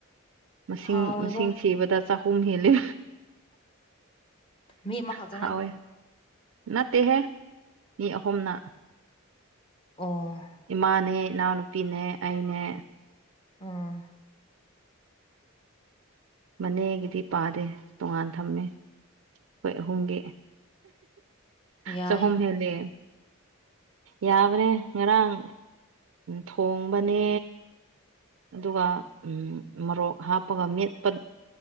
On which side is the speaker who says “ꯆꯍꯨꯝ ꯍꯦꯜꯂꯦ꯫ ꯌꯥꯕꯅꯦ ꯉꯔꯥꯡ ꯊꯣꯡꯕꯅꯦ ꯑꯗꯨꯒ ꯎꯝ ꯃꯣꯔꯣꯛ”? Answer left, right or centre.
Right